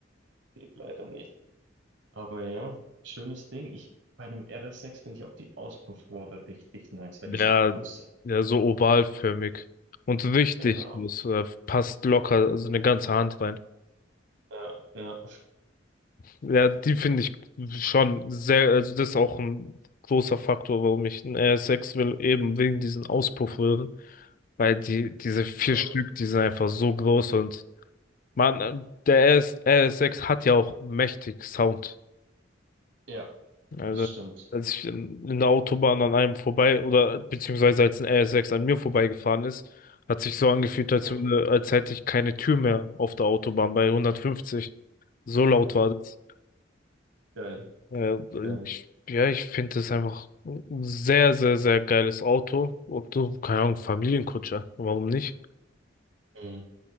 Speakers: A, on the right (about 75°); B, on the left (about 45°).
A: geht leider nicht. Aber ja, schönes Ding. Ich, bei einem RS6 finde ich auch die Auspuffrohre richtig nice, weil
B: ja,
A: die so groß sind.
B: ja, so ovalförmig. Und richtig
A: Genau.
B: groß, äh, passt locker, also eine ganze Hand rein.
A: Ja, ja.
B: Ja, die finde ich schon sehr, also das ist auch ein großer Faktor, warum ich einen RS6 will, eben wegen diesen Auspuffröhren. Weil die, diese vier
A: Mhm.
B: Stück, die sind einfach so groß und man, äh, der RS, RS6 hat ja auch mächtig Sound.
A: Ja,
B: Also,
A: das stimmt.
B: als ich in in der Autobahn an einem vorbei oder beziehungsweise als ein RS6 an mir vorbeigefahren ist, hat sich so angefühlt, als
A: Mhm.
B: würde, als hätte ich keine Tür mehr auf der Autobahn bei 150. So laut war das.
A: Geil,
B: Ja,
A: geil.
B: ich, ja, ich finde das einfach ein sehr, sehr, sehr geiles Auto. Und so, keine Ahnung, Familienkutscher. Warum nicht?
A: Mhm.